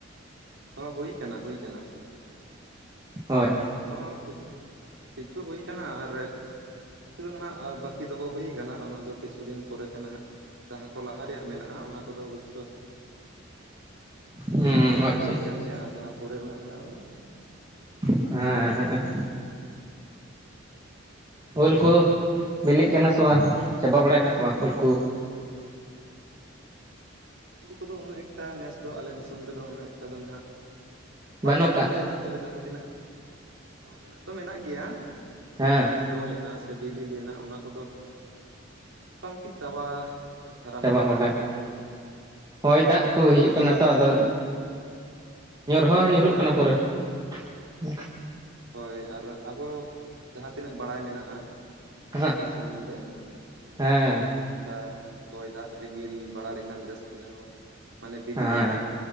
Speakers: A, on the right; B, on the right.
A: ᱦᱚᱸ ᱦᱩᱭ ᱠᱟᱱᱟ ᱦᱩᱭ ᱠᱟᱱᱟ᱾
B: ᱦᱚᱭ ᱦᱚᱭ᱾
A: ᱦᱚᱸ ᱠᱤᱪᱷᱩ ᱦᱩᱭ ᱟᱠᱟᱱᱟ ᱟᱨ, ᱠᱤᱪᱷᱩ ᱫᱚ ᱱᱟᱦᱟᱜ ᱵᱟᱹᱠᱤ ᱫᱚᱦᱚ ᱦᱩᱭ ᱟᱠᱟᱱᱟ᱾ ᱚᱱᱟ ᱫᱚ ᱠᱤᱪᱷᱩ ᱫᱤᱱ ᱯᱚᱨᱮᱛᱮ ᱱᱟᱦᱱᱟᱜ ᱡᱟᱦᱟᱸ ᱠᱚ ᱞᱟᱦᱟ ᱨᱮᱭᱟᱜ ᱢᱮᱱᱟᱜᱼᱟ, ᱚᱱᱟ ᱠᱚᱫᱚ ᱵᱚᱥᱳ
B: ᱦᱩᱸ
A: ᱮᱨ
B: ᱟᱪᱪᱷᱟ
A: ᱦᱩᱭ
B: ᱟᱪᱪᱷᱟ
A: ᱟᱠᱟᱱ
B: ᱟᱪᱪᱷᱟ
A: ᱜᱮᱭᱟ, ᱟᱨ ᱡᱟᱦᱟᱸ ᱯᱚᱨᱮ ᱨᱮᱱᱟᱜ ᱢᱮᱱᱟᱜᱼᱟ ᱚᱱᱟ ᱫᱚ
B: ᱦᱮᱸᱻ ᱩᱞ ᱠᱚ ᱵᱤᱞᱤᱜ ᱠᱟᱱᱟ ᱥᱮ ᱵᱟᱝ ᱪᱟᱵᱟ ᱵᱟᱲᱟᱭ ᱱᱟ ᱥᱮ ᱵᱟᱝ ᱩᱞᱠᱩ?
A: ᱦᱩᱞ ᱠᱚᱫᱚ ᱩᱱᱟᱹᱜ ᱮᱠᱴᱟ ᱱᱮᱥ ᱫᱚ ᱟᱞᱮ ᱫᱤᱥᱚᱢ ᱨᱮᱫᱚ ᱩᱱᱟᱹᱜ ᱮᱠᱴᱟ ᱫᱚ ᱱᱟᱦᱟᱜ ᱵᱟᱝ
B: ᱵᱟᱹᱱᱩᱜ
A: ᱡᱚ
B: ᱠᱟᱜ
A: ᱞᱮᱱᱟ ᱾ ᱛᱚᱵᱮ ᱡᱟᱦᱟᱸ ᱛᱤᱱᱟᱹᱜ ᱢᱮᱱᱟᱜ ᱫᱚ ᱢᱮᱱᱟᱜ ᱜᱮᱭᱟ, ᱡᱟᱦᱟᱸ
B: ᱦᱮᱸ
A: ᱛᱤᱱᱟᱹᱜ ᱢᱟᱱᱮ ᱡᱚ ᱞᱮᱱᱟ ᱥᱮ ᱵᱤᱞᱤ ᱞᱮᱱᱟ, ᱚᱱᱟ ᱠᱚᱫᱚ ᱢᱚᱴᱟᱢᱩᱴᱤ ᱪᱟᱵᱟ ᱫᱷᱟᱨᱟ
B: ᱪᱟᱵᱟ
A: ᱟᱠᱟᱱᱟ
B: ᱵᱟᱲᱟ
A: ᱟᱨ ᱪᱮᱫ,
B: ᱦᱳᱭ ᱫᱟᱜ
A: ᱦᱮᱸ
B: ᱠᱚ ᱦᱤᱡᱩᱜ ᱠᱟᱱᱟ ᱛᱚ ᱟᱫᱚ, ᱧᱩᱨᱦᱚᱸ ᱧᱩᱨᱩᱜ
A: ᱦᱮᱸ
B: ᱠᱟᱱᱟ
A: ᱦᱮᱸ
B: ᱯᱩᱨᱟᱹ, ᱦᱩ
A: ᱦᱳᱭ ᱟᱨ ᱟᱵᱚ ᱡᱟᱦᱟ ᱛᱤᱱᱟᱹᱜ ᱵᱟᱲᱟᱭ ᱢᱮᱱᱟᱜᱼᱟ ᱾
B: ᱦᱮᱸ
A: ᱚᱱᱟ ᱠᱚ ᱥᱚᱢᱚᱱᱫᱷᱮ
B: ᱦᱮᱸ
A: ᱡᱟᱦᱟᱸ ᱛᱤᱱᱟᱹᱜ ᱱᱚᱝᱠᱟ ᱦᱚᱭ ᱫᱟᱜ ᱨᱤᱢᱤᱞ ᱵᱟᱲᱟ ᱞᱮᱠᱷᱟᱱ ᱡᱟᱹᱥᱛᱤ ᱟᱨᱚ, ᱢᱟᱱᱮ ᱵᱤᱞᱤᱜᱼᱟ
B: ᱦᱮᱸ